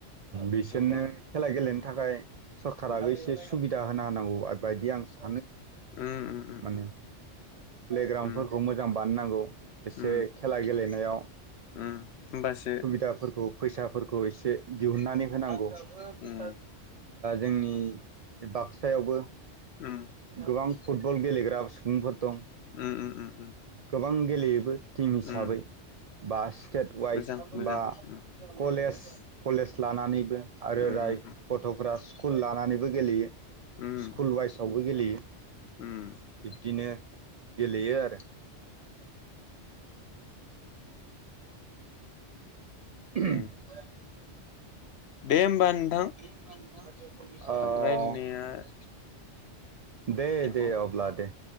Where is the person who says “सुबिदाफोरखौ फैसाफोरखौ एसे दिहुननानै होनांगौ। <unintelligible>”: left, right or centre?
Right